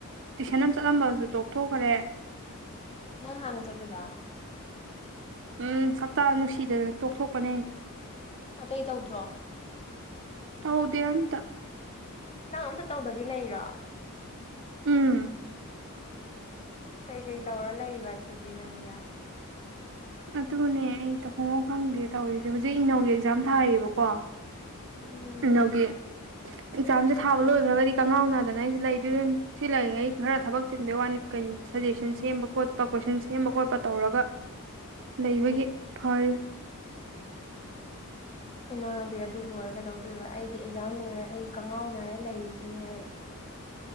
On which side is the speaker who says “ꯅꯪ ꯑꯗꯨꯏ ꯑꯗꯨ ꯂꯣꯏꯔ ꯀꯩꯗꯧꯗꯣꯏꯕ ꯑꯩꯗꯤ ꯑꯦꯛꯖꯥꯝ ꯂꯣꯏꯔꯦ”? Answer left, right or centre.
Left